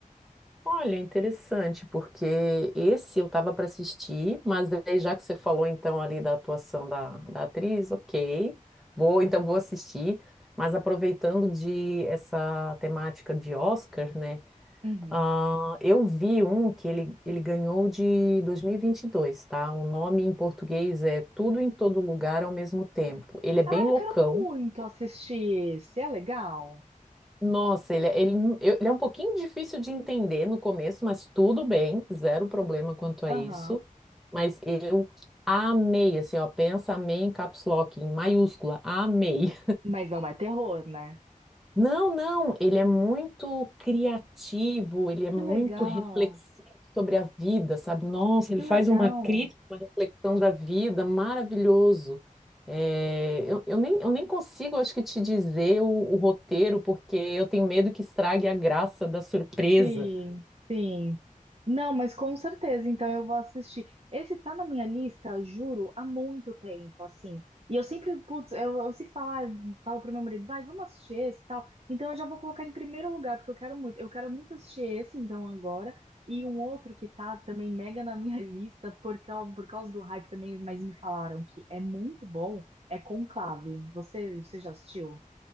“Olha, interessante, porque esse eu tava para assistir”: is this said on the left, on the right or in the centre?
Centre